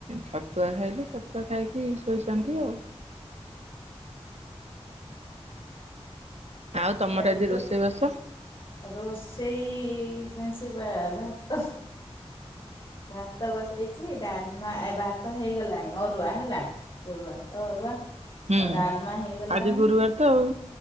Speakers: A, on the right (about 80°); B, on the left (about 45°).
A: ଛତୁଆ ଖାଇଲେ ଛତୁଆ ଖାଇକି ଶୋଇଛନ୍ତି ଆଉ। ଆଉ ତମର
B: ଏବେ
A: ଆଜି
B: ତ
A: ରୋଷେଇବାସ
B: ରୋଷେଇ ସେଇପଇଁ ସେ ବା ଭାତ ଭାତ ବସେଇଛି ଡାଲମା-ଏ ଭାତ ହେଇଗଲାଣି ଅରୁଆ ହେଲା ଗରୁ ଭାତ ଅରୁଆ।
A: ହୁଁ
B: ଆଉ ଡାଲମା ହେଇଗଲାଣି
A: ଆଜି ଗୁରୁବାର ତ ଆଉ।